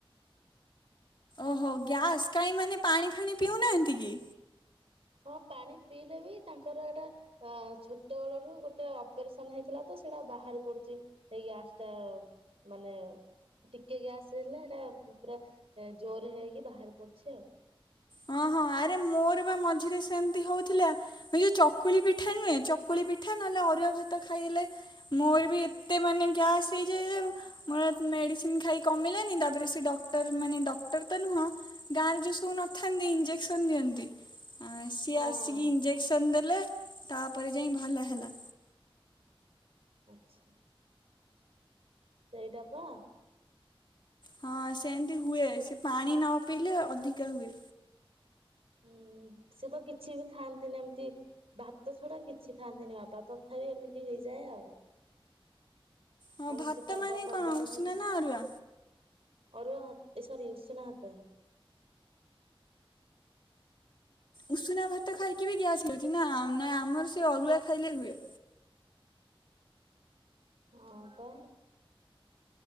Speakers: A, on the left (about 55°); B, on the right (about 85°).
A: ଓହୋ ଗ୍ୟାସ୍ କାହିଁ ମାନେ ପାଣି ଫାଣି ପିଉନାହାନ୍ତି କି?
B: ହଁ ପାଣି ପିଇଲେ ବି ତାଙ୍କର ଏଟା ଅ ଛୋଟବେଳଠୁ ଗୋଟେ ଅପରେସନ୍ ହେଇଥିଲା ତ ସେଇଟା ବାହାରି ପଡୁଚି। ସେଇ ଗ୍ୟାସ ଟା ମାନେ। ଟିକେ ଗ୍ୟାସ ହେଲା ଏଟା ପୁରା ଜୋରେ ହେଇକି ବାହାରି ପଡୁଚି ଆଉ।
A: ହଁ, ହଁ ଆରେ ମୋର ବା ମଝିରେ ସେମିତି ହଉଥିଲା। ଏଇ ଯୋଉ ଚକୁଳି ପିଠା ନୁହେଁ ଚକୁଳି ପିଠା ନହେଲେ ଅରୁଆ ଭାତ ଖାଇଲେ। ମୋର ବି ଏତେ ମାନେ ଗ୍ୟାସ ହେଇଯାଏ ଯେ। ମୋର ମେଡିସିନ୍ ଖାଇ କମିଲାନି ତାପରେ ସେ ଡକ୍ଟର ମାନେ। ଡକ୍ଟର ତ ନୁହଁ। ଗାଁରେ ଯୋଉ ସବୁ ନଥାନ୍ତି ଇଞ୍ଜେକ୍ସନ୍ ଦିଅନ୍ତି। ଆ ସିଏ
B: ହଁ
A: ଆସିକି ଇଞ୍ଜେକ୍ସନ୍ ଦେଲେ ତାପରେ ଯାଇ ଭଲ ହେଲା।
B: ଆଚ୍ଛା। ସେଇଟା ପା।
A: ହଁ, ସେମିତି ହୁଏ। ସେ ପାଣି ନ ପିଇଲେ ଅଧିକା ହୁଏ।
B: ହୁଁ, ସେ ତ କିଛି ବି ଖାଆନ୍ତିନି ଏମିତି। ଭାତ ଛଡା କିଛି ଖାଆନ୍ତିନି ବାପା, ତଥାପି ଏମିତି ହେଇଯାଏ ଆଉ।
A: ହଁ
B: କୌଣସି
A: ଭାତ
B: ପର୍ବପର୍ବାଣିୀ
A: ମାନେ କଣ ଉଷୁନା
B: ହେଲା,
A: ନା ଅରୁଆ
B: ଅରୁଆ ଭାତ ଏ ସରୀ ଉଷୁନା ଭାତ ହିଁ।
A: ଉଷୁନା ଭାତ ଖାଇକି ବି ଗ୍ୟାସ୍ ହେଉଚି ନା? ନା ଆମର ସେ ଅରୁଆ ଖାଇଲେ ହୁଏ।
B: ଅଛି <inaudible> ହଁ, ତ।